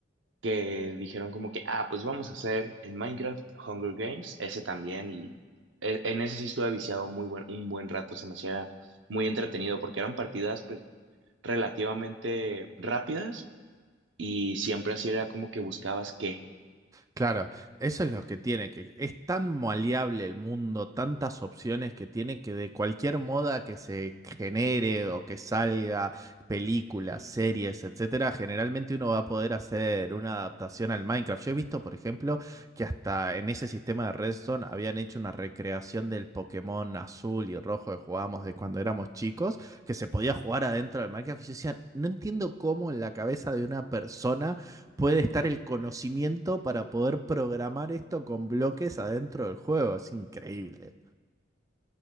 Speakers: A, on the right (about 85°); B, on the right (about 20°).
A: que dijeron como que, ah, pues vamos a hacer en Minecraft Hunger Games, ese también, y e- en ese sí estuve viciado muy buen, un buen rato, se me hacía muy entretenido, porque eran partidas, pues, relativamente rápidas, y siempre así era como que buscabas qué.
B: Claro, eso es lo que tiene, que es tan maleable el mundo, tantas opciones que tiene que de cualquier moda que se genere o que salga, películas, series, etcétera, generalmente uno va a poder hacer una adaptación al Minecraft. Yo he visto, por ejemplo, que hasta en ese sistema de Redstone habían hecho una recreación del Pokémon azul y rojo que jugábamos de cuando éramos chicos, que se podía jugar adentro del Minecraft. Y yo decía, no entiendo cómo en la cabeza de una persona puede estar el conocimiento para poder programar esto con bloques adentro del juego. Es increíble.